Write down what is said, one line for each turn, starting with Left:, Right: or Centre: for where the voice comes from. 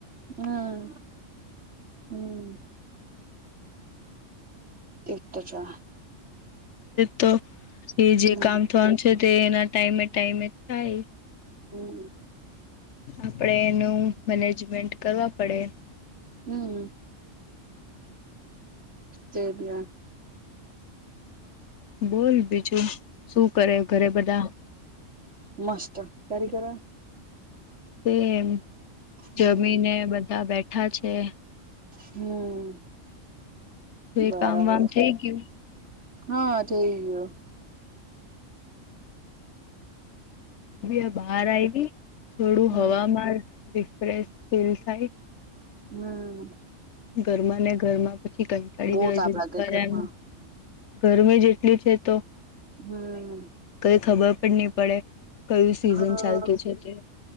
Right: હમ હમ.... એક તો છે.
Left: તો એ જે
Right: હમ
Left: કામ થવાનું છે. તે એના ટાઈમે ટાઈમે થાય.
Right: હમ...
Left: આપડે એનું મેનેજમેન્ટ કરવા પડે.
Right: હમ... સરી.
Left: બોલ બીજું શું કરે ઘરે બધા.
Right: મસ્ત તારે ઘરે
Left: તે.. એમ
Right: હમ
Left: જમીને બધા બેઠા છે.
Right: હમ...
Left: તો
Right: બરાબર
Left: એ કામ વામ થઈ ગયું
Right: હા થઈ ગયો.
Left: અબી આ બહાર આવી થોડું
Right: હમ
Left: હવામાં એ રીફ્રેશ ફીલ થાય.
Right: હમ
Left: ઘરમાં ને ઘરમાં પછી કંટાળી
Right: બહુ
Left: જાય
Right: તાપ
Left: છે
Right: લાગે
Left: ઘરે
Right: ઘરમાં
Left: આવીન. ગરમી જ એટલી છે તો
Right: હમ
Left: કઈ ખબર પણ નહી પડે. કયું સિઝન
Right: હા
Left: ચાલતું છે તે.